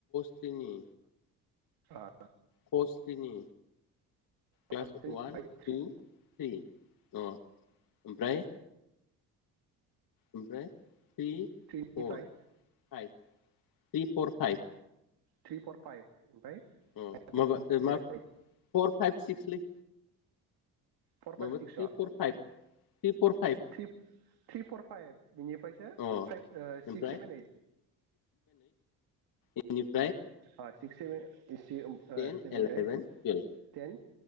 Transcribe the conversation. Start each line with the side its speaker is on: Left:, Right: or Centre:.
Left: थ्रिनि
Right: आ
Left: क स्रेनि क्लास
Right: स्रेनिफ्राय
Left: वान
Right: थ्रि
Left: टु थ्रि न ओमफ्राय ओमफ्राय थ्रि
Right: थ्रिनिफ्राय
Left: फर five. Three four five.
Right: Three four five ओमफ्राय।
Left: अ
Right: फाइभ
Left: माबा मा फर फाइभ सिक्स लै।
Right: फर फाइभ
Left: मामोन
Right: सिक्सआ
Left: थ्रि four five three four five.
Right: Three three four five. बिनिफ्रायसो
Left: अ
Right: फाइभ ओ सिक्स
Left: ओमफ्राय
Right: सेभेन ओइट।
Left: इनिफ।
Right: अ six seven
Left: ten
Right: seven
Left: eleven
Right: eight
Left: twelve
Right: ten.